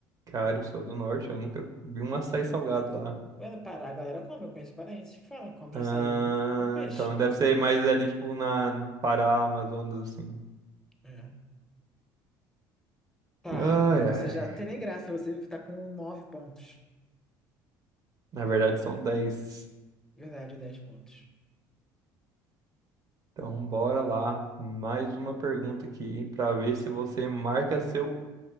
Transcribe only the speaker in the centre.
Lá No Pará a galera come, eu conheço paraenses que falam, comem
açaí com, com peixe.
É. Tá,
você
já não tem nem graça, você tá com nove pontos.
Verdade, dez pontos.